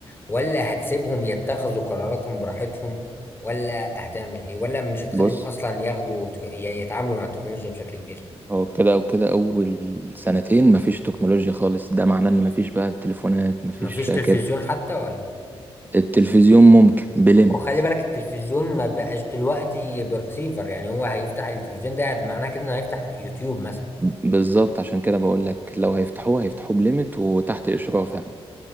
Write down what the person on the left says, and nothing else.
ولا هتسيبهم يتخذوا قراراتهم براحتهم ولا هتعمل ايه ولا مش هتخليهم
اصلا ياخدوا ت- ي- يتعاملوا مع التكنولوجيا بشكل كبير
مفيش تلفزيون
حتى ولا
ما هو خلي بالك التلفزيون ما بقاش دلوقتي برسيفر يعني هو هيفتح التلفزيون ده معناه كده انه هيفتح يوتيوب مثلا